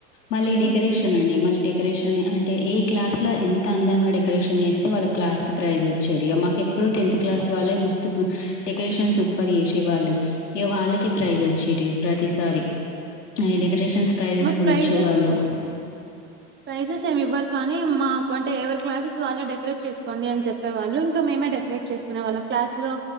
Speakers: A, on the left; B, on the right.
A: మళ్లి
B: హ్మ్.
A: డెకరేషన్ అండి మల్ డెక్ డెకరేషన్ అంటే ఏ క్లాస్లో ఎంత అందంగా డెకరేషన్ చేస్తే వాళ్ళ క్లాస్ కి ప్రైజ్ వస్తుంది వచ్చేది మాకు ఎప్పుడు టెన్త్ క్లాస్ వాళ్ళే మస్తు డెకరేషన్ సూపర్ చేసే వాళ్ళు ఇగ వాళ్ళకి ప్రైజ్ వచ్చేది ప్రతిసారి నేను డెకరేషన్స్ ప్రైజెస్
B: మాకు
A: గూడా
B: ప్రైజెస్
A: ఇచ్చేవాళ్ళు.
B: ప్రైజెస్ ఏమి ఇవ్వరు కానీ మాకు అంటే ఎవరి క్లాసెస్ వాళ్ళు వాళ్లే డెకరేట్ చేసుకోండి అని చెప్పేవాళ్ళు ఇంకా మేమే డకరేట్ చేసుకునే వాళ్ళం క్లాస్ లో